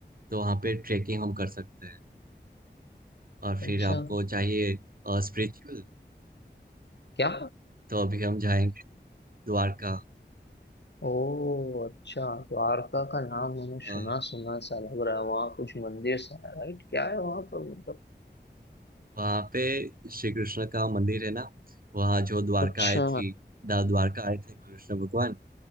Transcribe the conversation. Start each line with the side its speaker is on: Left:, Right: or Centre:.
Right: तो वहाँ पे ट्रैकिंग हम कर सकते हैं और
Left: अच्छा
Right: फिर आपको चाहिए स्पिरिचुअल
Left: क्या
Right: तो अभी हम जाएंगे द्वारका
Left: ओ अच्छा तो आरका का नाम मैंने
Right: अ,
Left: सुना सुना सा लग रहा है वहाँ कुछ मंदिर सा है राइट क्या है वहाँ पर मतलब
Right: वहाँ पे श्री कृष्ण का मंदिर है ना वहाँ जो द्वारका
Left: अच्छा
Right: आए थी दा- द्वारका आए थे कृष्ण भगवान